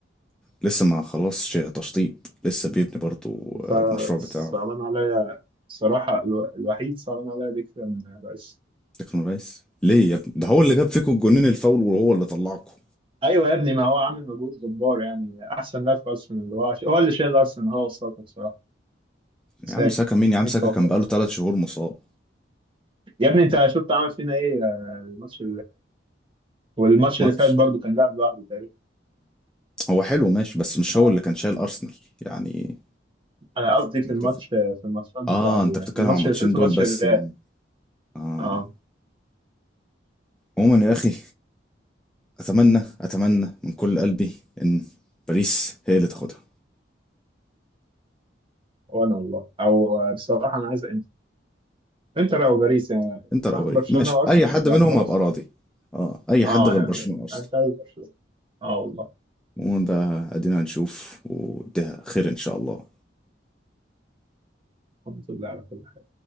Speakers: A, in the centre; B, on the right.
A: لسه ما خلصش تشطيب لسه بيبني برضو آه،
B: ف-
A: المشروع
B: صعبان
A: بتاعه
B: عليا الصراحة الو- الوحيد صعبان عليا بكتير من رئيس
A: تكنو ريس ليه يا ابني ده هو اللي جاب فيكم الجونين الفاول وهو اللي طلعكم
B: ايوه يا ابني ما هو عامل مجهود جبار يعني احسن لاعب في ارسنال اللي هو هو اللي شايل ارسنال هو وساكا بصراحة ساكا
A: يا عم ساكا مين يا عم
B: ايه
A: ساكا
B: ساكا
A: كان بقاله ثلاث شهور مصاب
B: يا ابني انت شفت عمل فينا ايه آه، الماتش والماتش
A: ماتش
B: اللي فات برضو كان لاعب لوحده تقريبا
A: هو حلو ماشي بس مش
B: آه،
A: هو اللي كان شايل أرسنال يعني
B: انا قصدي
A: كان
B: في
A: متفق
B: الماتش في الماتشات بتاع
A: اه
B: ال-
A: انت بتتكلم
B: الماتش
A: عن الماتشين
B: اللي فات
A: دول
B: وماتش
A: بس
B: الريال
A: يعني اه
B: اه
A: عموما يا اخي اتمنى اتمنى من كل قلبي ان باريس هي اللي تاخدها
B: وانا والله او آه، بصراحه انا عايز انتر انتر او باريس يعني
A: انتر
B: طالما
A: او باريس
B: برشلونه
A: ماشي
B: وارسنال
A: اي حد
B: يبقى
A: منهم
B: خلاص
A: هبقى راضي اه اي
B: اه
A: حد غير
B: يعني
A: برشلونة اصلا
B: انا مش عايز برشلونه اه والله
A: عموما بقى ادينا هنشوف وده خير ان شاء الله
B: الحمد لله على كل